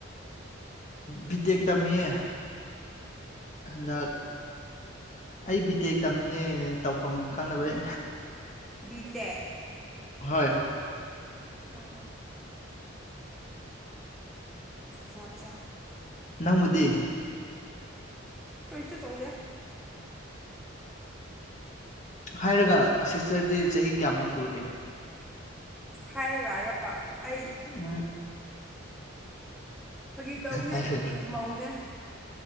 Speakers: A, on the left; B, in the centre.
A: ꯕꯤꯇꯦꯛ ꯇꯝꯃꯤꯌꯦ ꯍꯟꯗꯛ ꯑꯩ ꯕꯤꯇꯦꯛ ꯇꯝꯃꯤꯅꯦ ꯇꯧꯐꯝ ꯈꯪꯅꯕꯩ
B: ꯠꯇ
A: ꯍꯣꯏ
B: ꯑꯣ ꯍ ꯑꯆꯥ ꯑꯆꯥ
A: ꯅꯪꯕꯨꯗꯤ
B: ꯀꯩꯁꯨ ꯇꯧꯗꯦ
A: ꯍꯥꯏꯔꯒ ꯁꯤꯁꯇꯔꯗꯤ ꯆꯍꯤ ꯀꯌꯥꯃꯨꯛ ꯁꯨꯔꯒꯦ
B: ꯍꯥꯏꯔꯒꯔ ꯑꯩ
A: ꯎꯝ
B: ꯐꯥꯒꯤꯇꯞꯅꯦ
A: ꯍꯥꯏꯔꯒ
B: ꯃꯎꯅꯦ